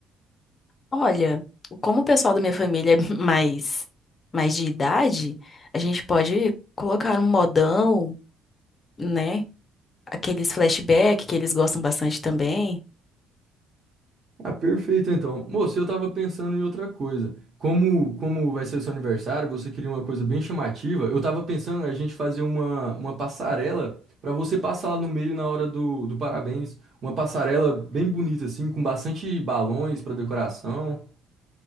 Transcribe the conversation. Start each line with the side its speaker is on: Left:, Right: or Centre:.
Left: olha, como o pessoal da minha família é <laughs> mais mais de idade, a gente pode colocar um modão, né? Aqueles flashback que eles gostam bastante também.
Right: Ah, perfeito então. Moço, eu tava pensando em outra coisa. Como, como vai ser o seu aniversário, você queria uma coisa bem chamativa. Eu tava pensando a gente fazer uma, uma passarela pra você passar lá no meio na hora do, do parabéns. Uma passarela bem bonita, assim, com bastante balões pra decoração.